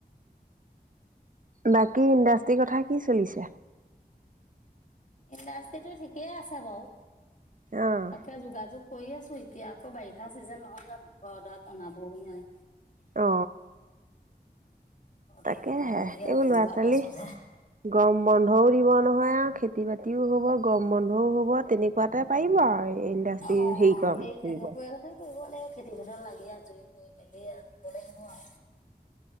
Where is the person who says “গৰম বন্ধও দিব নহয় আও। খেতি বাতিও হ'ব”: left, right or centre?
Right